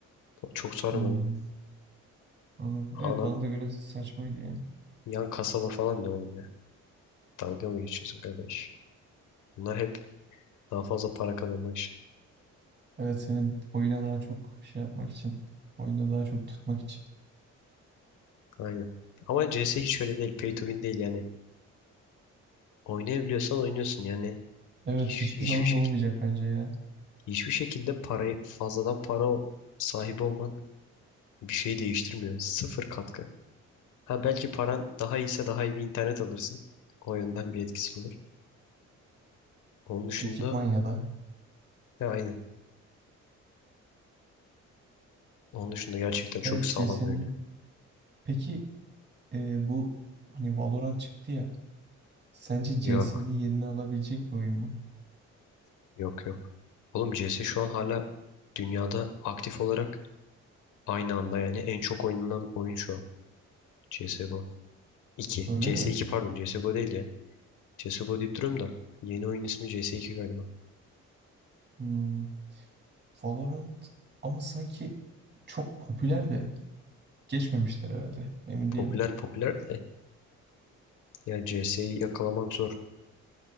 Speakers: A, on the left (about 80°); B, on the right (about 35°).
A: O çok sarmadı.
B: Hmm, anladım. Evet
A: Ana
B: bana da göre saçmaydı yani.
A: yan kasaba falan ne oğlum ya? Dalga mı geçiyorsun kardeş? Bunlar hep daha fazla para kazanmak için.
B: Evet seni oyuna daha çok şey yapmak için. Oyunda daha çok tutmak için.
A: Aynen. Ama CS hiç öyle değil. Pay to win değil yani. Oynayabiliyorsan oynuyorsun yani.
B: Evet
A: Hiç-
B: hiçbir
A: Hiçbir
B: zaman
A: şekilde
B: da olmayacak bence ya.
A: hiçbir şekilde parayı fazladan para o- sahibi olman bir şey değiştirmiyor. Sıfır katkı. Ha belki paran daha iyiyse daha iyi bir internet alırsın. O yönden bir etkisi olur. Onun dışında
B: Ekipman ya da.
A: ya aynı. Onun dışında gerçekten çok
B: Evet
A: sağlam
B: CS'nin.
A: öyle.
B: Peki e, bu hani Valorant çıktı ya. Sence CS'nin
A: Yok,
B: yerini alabilecek bir oyun mu?
A: yok, yok. Oğlum CS şu an hala dünyada aktif olarak aynı anda yani en çok oynanan oyun şu an. CSGO 2. cs
B: Öyle
A: iki C
B: mi?
A: S iki pardon C S G o değil ya. CSGO deyip duruyorum da yeni oyun ismi cs iki galiba.
B: Hmm, Valorant ama sanki çok popüler de geçmemiştir herhalde. Emin
A: Popüler
B: değilim.
A: popüler de Yani C CS'yi yakalamak zor.